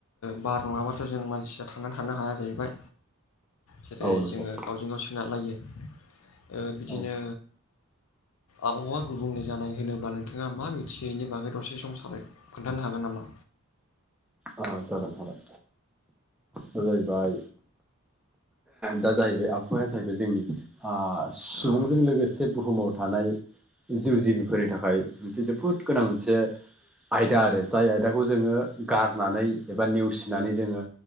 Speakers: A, on the left (about 80°); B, in the centre.
A: बार नङाब्लााथ' जों मानसिया थांनानै थानो हाया जाहैबाय। जेरै
B: औ नंगौ
A: जोङो गावजों गाव बिना लायो ओ बिदिनो
B: औ
A: आबहावा गुबुंले जानाय होनो अब्ला नोंथाङा मा मिथियो इनि बागै दसे सम सावरायनो खोन्थानो हागोन नामा?
B: औ जागोन जागोन दा जाहैबाय दा जाहैबाय आबहावाया जाहैबाय जोंनि ओ सुबुंजों
A: ओ ओ
B: लोगोसे बुहुमाव थानाय जिउ जिबिफोरनि थाखाय मोनसे जोबोद गोनां मोनसे आयदा आरो जाय आयदाखौ जोङो गारनानै एबा नेवसिनानै जोङो